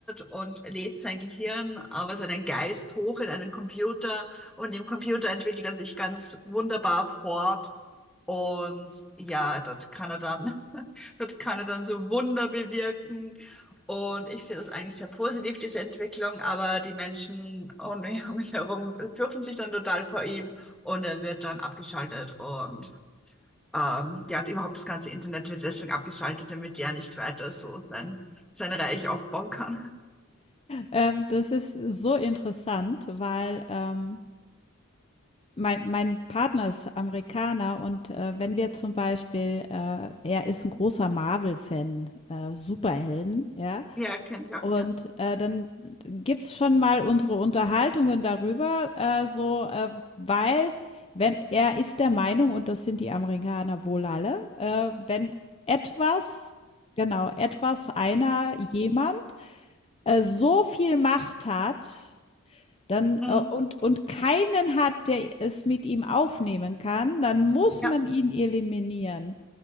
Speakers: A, in the centre; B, on the left.
A: und lädt sein Gehirn, aber seinen Geist hoch in einen Computer. Und im Computer entwickelt er sich ganz wunderbar fort und ja, das kann er dann, <laughs> das kann er dann so Wunder bewirken. Und ich sehe das eigentlich sehr positiv, diese Entwicklung, aber die Menschen um <laughs> mich um mich herum fürchten sich dann total vor ihm und er wird dann abgeschaltet. Und ähm, ja, überhaupt das ganze Internet wird deswegen abgeschaltet, damit er nicht weiter so sein, sein Reich aufbauen kann.
B: Ähm, das ist so interessant, weil ähm, mein, mein Partner ist Amerikaner und äh, wenn wir zum Beispiel, äh, er ist ein großer Marvel-Fan, äh, Superhelden, ja.
A: Ja, kenne ich auch,
B: Und
A: ja.
B: äh, dann gibt's schon mal unsere Unterhaltungen darüber, äh, so, äh, weil wenn er ist der Meinung, und das sind die Amerikaner wohl alle, äh, wenn etwas, genau, etwas, einer, jemand äh, so viel Macht hat, dann
A: Mhm.
B: äh, und, und keinen hat, der es mit ihm aufnehmen kann, dann muss
A: Ja,
B: man ihn eliminieren.